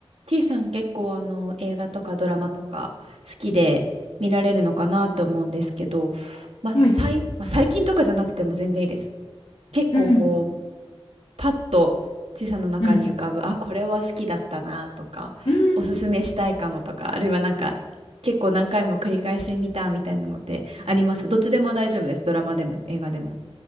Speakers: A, on the right (about 75°); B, on the left (about 60°).
A: ちいさん結構あの映画とかドラマとか好きで見られるのかなと思うんですけど、まあ最、
B: はい。
A: まあ、最近とかじゃなくても全然いいです。結構こう
B: うん。
A: パッとちいさんの中に浮かぶあこれは好きだったなとかおすすめしたいかもとかあるいはなんか結構何回も繰り返し見たみたいなのってあります。
B: うん。うん。
A: どっちでも大丈夫です。ドラマでも映画でも。